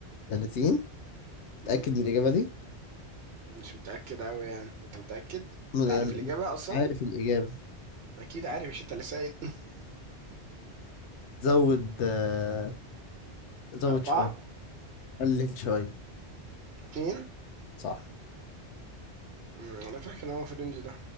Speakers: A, on the left; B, on the right.
A: 30 متأكد
B: إمم،
A: من الإجابة دي
B: مش متأكد أوي يعني، أنت متأكد؟
A: من
B: أنت
A: أنا
B: عارف الإجابة أصلًا؟
A: عارف الإجابة
B: أكيد عارف مش أنت اللي سائل <laughs>
A: زود آه، زود
B: 4،
A: شوية قلل شوية
B: 2
A: صح
B: إمم، أنا فاكر إن هو في الrange ده،